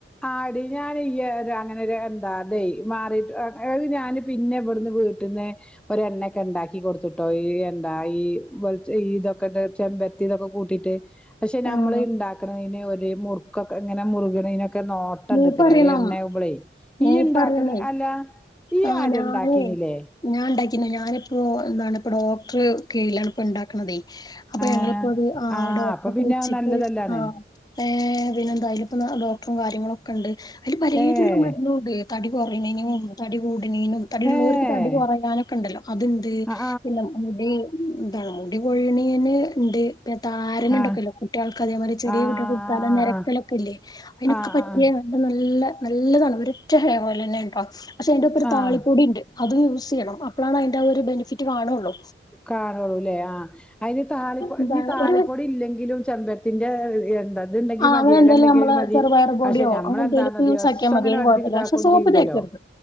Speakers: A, in the centre; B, on the left.
A: ആടി ഞാൻ ഇയ്യ് അങ്ങനെ എന്താ അതെ മാറിട്ട് അത് ഞാന് പിന്നെ ഇവിടുന്ന് വീട്ട ട്ട്ന്ന് ഓര് എണ്ണയൊക്കെ ഇണ്ടാക്കി കൊടുത്തുട്ടോ ഈ എന്താ ഈ വെളി ഇതൊക്കെ ഇട്ടിട്ട് ചെമ്പരത്തി ചെമ്പരത്തി ഇതൊക്കെ കൂട്ടിട്ട് പക്ഷെ നമ്മൾ
B: ആഹ്
A: ഇണ്ടാക്കുന്നതിന് ഒരു മുറുക്കൊക്കെ ഇങ്ങനെ മുറുകണതിനൊക്കെ നോ നോട്ടമുണ്ടത്രേ
B: മൂപ്പറിയണം
A: എണ്ണ ആകുമ്പളേ
B: മൂപ്പറിയണേ
A: ഈയ്യ് ഉണ്ടാക്ക അല്ല ഇയ്യ്
B: ആഹ്
A: ആദ്യം
B: ഞാനേ
A: ഉണ്ടാക്കീനില്ലേ
B: ഞാൻ ഇണ്ടാക്കിന് ഞാനിപ്പോ എന്താണ് ഇപ്പം ഡോക്ടർടെ കീഴിലാണ് ഇപ്പം ഉണ്ടാക്കണതേ അപ്പൊ
A: ആഹ്
B: ഞങ്ങളിപ്പോ അത് ആ
A: ആഹ്
B: ഡോക്ടറൊക്കെ
A: അപ്പൊ പിന്നെ
B: വെച്ചിട്ട്
A: അത് നല്ലതല്ലാണ്
B: ആ ഏഹ് പിന്നെന്താ അയിലിപ്പം ഡോക്ടറും കാര്യങ്ങളും ഒക്കെ ഉണ്ട് അയില് പലേതിലുള്ള
A: ഏഹ്
B: മരുന്ന് ഉണ്ട് തടി കുറയണതിനും തടി കൂടണതിനും തടി ഉള്ളവർക്ക്
A: ഏഹ്
B: തടി കുറയാനും ഒക്കെ ഉണ്ടല്ലോ അത് ഉണ്ട്
A: ആഹ്
B: പിന്നെ മുടി എന്താണ് മുടി പൊഴിയണിതിന് ഉണ്ട് പിന്നെ താരന്
A: ആഹ് ആഹ്
B: ഉണ്ടൊക്കെല്ലോ കുട്ടികൾക്ക് അതേ പോലെ ചെറിയ
A: ആഹ്
B: കുട്ടികൾകൊക്കെ തല നിരക്കലൊക്കെ
A: ആഹ് ആഹ്
B: ഇല്ലേ അതിനൊക്കെ
A: ആഹ്
B: പറ്റും
A: ആഹ്
B: നല്ല നല്ലതാണ് ഒരു ഒറ്റ ഹെയർ ഓയിൽ തന്നെയാണ് കേട്ടോ പക്ഷെ അതിൻ്റെ ഒപ്പരം ഒരു
A: ആഹ്
B: താളിപ്പ് കൂടിയുണ്ട് അതും യൂസ് ചെയ്യണം അപ്പോഴാണ് അതിന്റെ ആ ഒരു ബെനിഫിറ്റ് കാണുള്ളു
A: കാണുള്ളൂല്ലേ. ആഹ് അയിന് ഈ താളി പൊ
B: എന്താണ്
A: ഈ താളിപൊടി
B: ഒരു
A: ഇല്ലെങ്കിലും ചെമ്പരത്തിന്റെ എ എന്താ ത് ണ്ടെങ്കി
B: ആഹ്
A: മതി.
B: അങ്ങനെ എന്തെലും
A: എല ണ്ടെങ്കി
B: നമ്മള്
A: മതി.
B: ചെറുപയർ പൊടിയോ
A: പക്ഷെ നമ്മളെന്താന്ന്
B: അങ്ങനെ എന്തെലുമൊക്കെ യൂസ്
A: ദിവസ്സം
B: ആക്കിയാൽ മതി
A: അങ്ങനെ
B: അതിന് കുഴപ്പമില്ല
A: ർഥി താക്കൊ
B: പക്ഷെ സോപ്പ്
A: ന്ന് ചെയൂലല്ലോ?
B: തേക്കരുത്